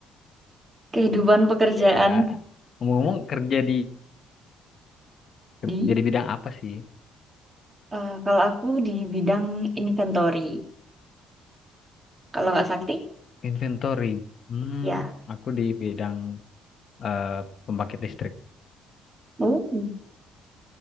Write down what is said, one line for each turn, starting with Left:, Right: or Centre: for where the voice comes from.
Right: kehidupan pekerjaan
Left: Ya, ngomong-ngomong kerja di
Right: di
Left: kerja di bidang apa sih?
Right: Eh, kalau aku di bidang inventory, kalau Kak Sakti,
Left: Inventory. Hmm,
Right: ya,
Left: aku di bidang eh, pembangkit listrik.
Right: Oh,